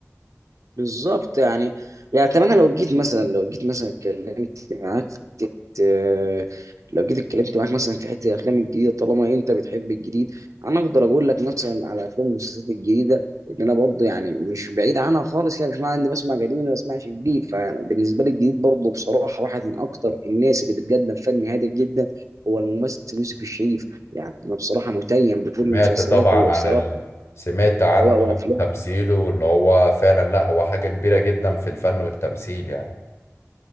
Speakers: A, on the right; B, on the left.
A: بالظبط يعني يعني اتمنى لو جيت مثلا لو جيت مثلا اتكلمت معاك آه، لو جيت اتكلمت معاك مثلا في حته الافلام الجديده طالما انت بتحب الجديد انا اقدر اقول لك مثلا على افلام والمسلسلات الجديده ان انا برضه يعني مش بعيد عنها خالص يعني مش معنى اني بسمع قديم ولا بسمعش جديد فبالنسبه لي الجديد برضه بصراحه واحد من اكتر الناس اللي بتقدم فن هادف جدا هو الممثل يوسف الشريف يعني انا بصراحه متيم بكل
B: سمعت
A: مسلسلاته
B: طبعا
A: وسواء
B: عن ال... سمعت عنه
A: سواء وافلامه
B: عن تمثيله وان هو فعلا لا هو حاجة كبيرة جدا في الفن والتمثيل يعني